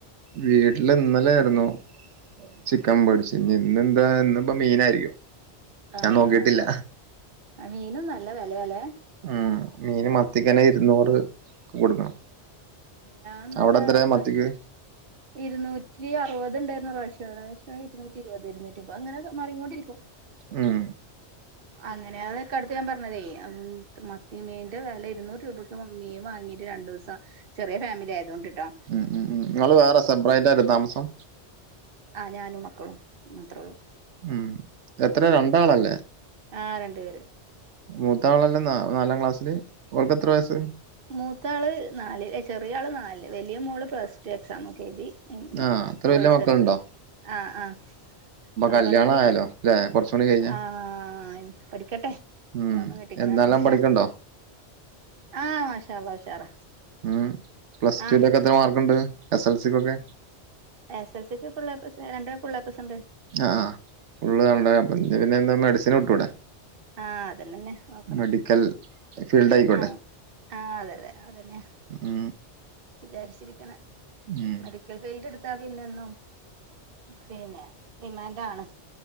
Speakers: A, on the right (about 85°); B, on the right (about 55°).
A: വീട്ടില് ഇന്നലെ ആയ്രുന്നു ചിക്കം മേട്ച്ച് ഞ് ഇന്ന് എന്താ ഇന്നിപ്പ മീനായിരിക്കും
B: ആഹ്
A: ഞാൻ നോക്കിട്ടില്ല
B: ആഹ് മീനും നല്ല വെലാലേ
A: ഉം മീന് മത്തിക്കനെ ഇര്ന്നൂറ് കൊട്ക്കണം
B: ഞാൻ ഇന്നലെ
A: അവ്ടെ എത്ര
B: ഹസ്ബ
A: മത്തിക്ക്
B: ഇരുന്നൂറ്റി അറുപത് ണ്ടേര്ന്നു പ്രാവശ്യം പ്രാവശ്യം ഇര്നുറ്റി ഇരുപത് ഇരുന്നൂറ്റിപ്പൊ അങ്ങനെെ മറിങ്ങോണ്ടിരിക്കും
A: ഉം
B: അങ്ങനെ അതൊക്കെ അട്ത്ത് ഞാൻ പറഞ്ഞതേ മത്തി മീന്റെ വെല ഇരുന്നൂറ് രൂപയ്ക്ക് മീൻ വങ്ങീട്ട് രണ്ടു ദി ചെറിയ ഫാമിലി ആയതൊണ്ട് ട്ടോ
A: ഉം ഉം ങ്ങള് വേറെ സെബ്രൈറ്റായിട്ട് താമസം
B: ആഹ് ഞാനും മക്കളും മാത്ര ഒള്ളൂ
A: ഉം എത്ര രണ്ടാളല്ലേ
B: ആ രണ്ട് പേര്
A: മൂത്താളല്ലേ നാലാം ക്ലാസ്സില് ഓല്ക്ക് എത്ര വയസ്സ്
B: മൂത്താള് നാല് ചെറിയ ആള് നാല് വലിയ മോള് പ്ലസ് ടു എക്സാംമോ ക്കെ എഴുതി
A: ആഹ് അത്ര
B: കോഴ്സ്
A: വെല്ല്യ മക്കള്ണ്ടോ?
B: ആഹ് ആഹ് അവള്
A: കല്യാണം
B: നി
A: ആയാലോ അല്ലെ കുറച്ചുകൂടി കഴിഞ്ഞാ
B: ആഹ് പഠിക്കട്ടെ
A: ഉം
B: ഇപ്പൊന്നും കെട്ടിക്കണന്നില്ല
A: എന്നാലാം പഠിക്ണ്ടോ
B: ആഹ് മഷാഅല്ല ഉഷാറാ
A: ഉം പ്ലസ്
B: ആഹ്
A: ടുന്റെ ക്കെ എത്ര മാർക്ക്ണ്ട് എസ് എൽ സിക്ക്ക്കെ
B: എസ് എൽ സിക്ക് ഫുള്ള് എ പ്ലസ് രണ്ടാൾ ഫുള്ള് എ പ്ലസ് ണ്ട്
A: ആഹ് ആഹ് ഉള്ള് കണ്ട പിന്നെ എന്താ മെഡിസിന് വിട്ടൂടെ
B: ആഹ് അതന്നെന്നെ നോക്കണെ
A: മെഡിക്കൽ ഫീൽഡായ്ക്കോട്ടെ
B: ആഹ് ആഹ് അതെ അതെ അതന്നെ
A: ഉം
B: വിചാര്ച്ചിരിക്ണേ
A: ഉം
B: ക്കെൽ ഫീൽഡ് ട്ത്താ പിന്നെന്നും പിന്നെ ഡിമാൻഡാ ണ്